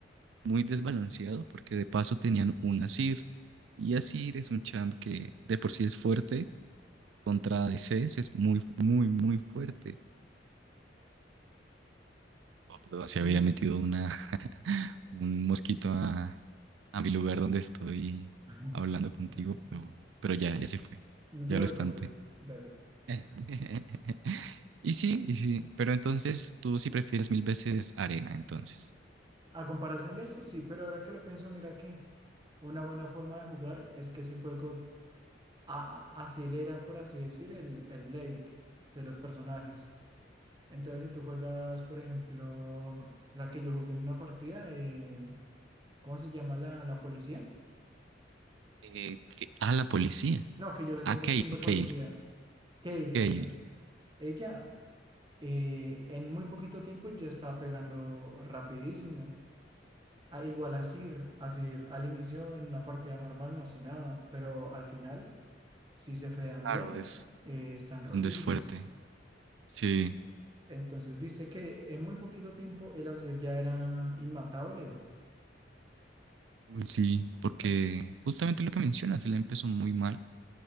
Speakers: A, on the right; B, on the right.
A: muy desbalanceado porque de paso tenían un Asir y Asir es un champ que de por sí es fuerte contra DCs es muy muy muy fuerte. Oh, perdón, se había
B: Mm.
A: metido una <laughs> un mosquito a, a mi lugar donde estoy
B: <laughs>
A: hablando contigo, pero, pero ya ya se fue.
B: No
A: Ya
B: te preocupes,
A: lo espanté.
B: dale.
A: <laughs> Y sí, y sí, pero entonces tú sí prefieres mil veces arena, entonces.
B: A comparación de este, sí, pero ahora que lo pienso, mira que una buena forma de jugar es que ese juego a- a- acelera, por así decir, el, el late de los personajes. Entonces, si tú juegas, por ejemplo, la que yo jugué en una partida de, ¿cómo se llama la, la policía?
A: Eh, que- a la policía.
B: No, que yo le tengo
A: A Kale,
B: skin de policía.
A: Kale,
B: Kale,
A: Kale.
B: esa. Ella, eh, en muy poquito tiempo ya estaba pegando rapidísimo. a- igual a Sir, a Sir al inicio en una partida normal no hace nada, pero al final, si se fean
A: Claro,
B: bien,
A: es
B: eh, están rotísimos.
A: donde es fuerte. Sí,
B: Entonces, viste que en muy poquito tiempo el Azir ya era inmatable.
A: uy, sí, porque
B: Eh,
A: justamente lo que mencionas, él empezó muy mal,